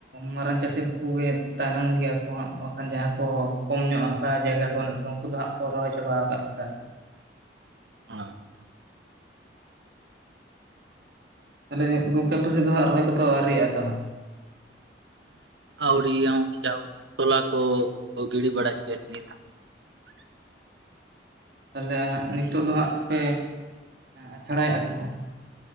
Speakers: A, on the right (about 60°); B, on the right (about 85°).
A: ᱢᱟᱨᱟᱝ ᱪᱟᱹᱥᱤ ᱩᱱᱠᱩ ᱠᱚᱜᱮ ᱛᱟᱭᱱᱚᱢ ᱜᱮᱭᱟᱠᱚ ᱦᱟᱸᱜ ᱵᱟᱠᱷᱟᱱ ᱡᱟᱦᱟᱭ ᱠᱚ ᱠᱚᱢ ᱧᱚᱜ ᱦᱟᱥᱟ ᱡᱟᱭᱜᱟ ᱠᱚ ᱦᱮᱱᱟ ᱛᱟᱠᱚᱣᱟ ᱩᱱᱠᱩ ᱫᱚ ᱦᱟᱸᱜ ᱠᱚ ᱨᱚᱦᱚᱭ ᱪᱟᱵᱟᱣ ᱠᱟᱫ ᱞᱮᱠᱟ ᱜᱮ
B: <unintelligible>
A: ᱛᱟᱦᱞᱮ ᱜᱚᱝᱠᱮ ᱟᱯᱮᱥᱮᱡ ᱫᱚ ᱦᱟ ᱨᱚᱦᱚᱭ ᱠᱚᱫᱚ ᱟᱹᱣᱤᱭᱟ-ᱟ ᱛᱚ ᱦᱟᱸᱜ
B: ᱟᱣᱨᱤ <unintelligible> ᱡᱟᱭᱦᱳᱠ ᱛᱚᱞᱟ ᱠᱚ ᱜᱤᱲᱤ ᱵᱟᱲᱟᱭ ᱜᱮᱭᱟ ᱱᱤᱛ ᱦᱚᱸ
A: ᱛᱟᱦᱚᱞᱮ ᱦᱟᱜ ᱱᱤᱛᱚᱜ ᱫᱚ ᱦᱟᱜ ᱯᱮ ᱟᱪᱷᱲᱟᱭᱮᱫ-ᱟ ᱛᱚᱦᱟᱸᱜ